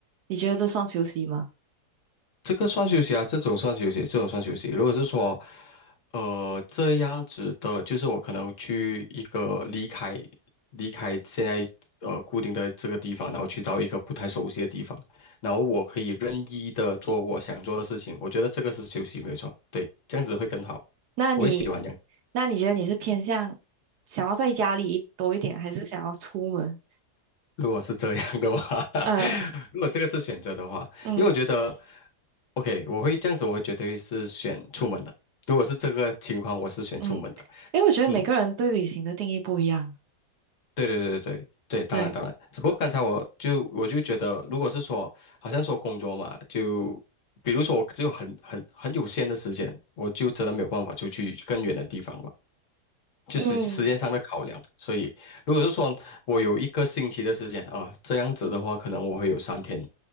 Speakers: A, on the right; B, on the left.
A: 你觉得这算休息吗？
B: 这个算休息啊，这种算休息，这种算休息。如果是说，呃，这样子的，就是我可能去一个离开离开现在呃固定的这个地方，然后去到一个不太熟悉的地方，然后我可以任意的做我想做的事情。我觉得这个是休息，没有错。对，这样子会更好，
A: 那你，
B: 我会喜欢这样。
A: 那你觉得你是偏向想要在家里多一点，还是想要出门？
B: 如果是这样的话，
A: 呃，
B: <laughs> 如果这个是选择的话，
A: 嗯
B: 因为我觉得，OK，我会这样子，我会绝对是选出门的。如果是这个情况，我是选出门的。
A: 嗯，因为我觉得每个人对旅行的定义不一样。
B: 嗯，对对对对对，当然当然，
A: 对，
B: 只不过刚才我就我就觉得，如果是说好像说工作嘛，就比如说我只有很很很有限的时间，我就真的没有办法出去更远的地方嘛，就时时间上的考量。
A: 嗯
B: 所以如果是说我有一个星期的时间啊，这样子的话，可能我会有三天、